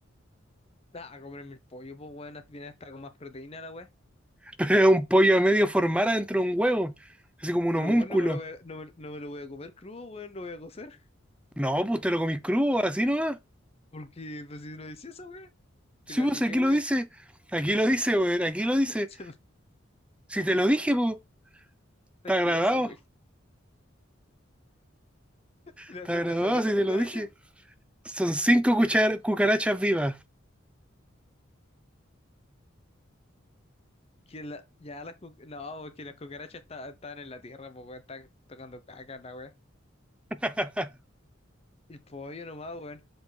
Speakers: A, on the left; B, in the centre.
A: Ah, a comerme el pollo, pues, weón. Viene hasta con más proteína la weá.
B: <laughs> Es un pollo a medio formar adentro de un huevo, así como un
A: Pero,
B: homúnculo.
A: weón, no me lo voy a, no me, no me lo voy a comer crudo, weón. Lo voy a cocer.
B: No, pues te lo comís crudo, así nomás.
A: Porque, pues, si no hice eso, weón.
B: Sí,
A: Que la
B: pues
A: apliqué,
B: aquí
A: weón.
B: lo dice, aquí lo dice, weón, aquí lo
A: <laughs>
B: dice.
A: Se me
B: Si te lo dije, pues, está
A: tira
B: grabado,
A: esa weón. ¿Y la
B: está
A: cuenta,
B: grabado
A: la cuenta
B: si te
A: cucaracha?
B: lo dije. Son cinco cuchar- cucarachas vivas.
A: Que la, ya las cu- No, porque las cucarachas está- estaban en la tierra, pues, weón. Están tocando caca, la weá.
B: <laughs>
A: El pollo nomás, weón.